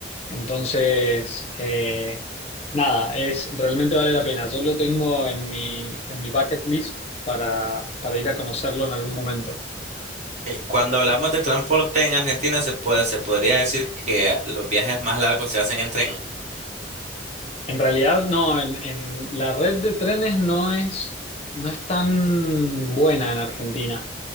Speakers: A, on the left; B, on the right.
A: Entonces, eh, nada, es, realmente vale la pena. Yo lo tengo en mi, en mi bucket list para, para ir a conocerlo en algún momento.
B: Eh, Cuando hablamos de transporte en Argentina, se puede, se podría decir que los viajes más largos se hacen en tren,
A: En realidad, no, en, en la red de trenes no es, no es tan buena en Argentina.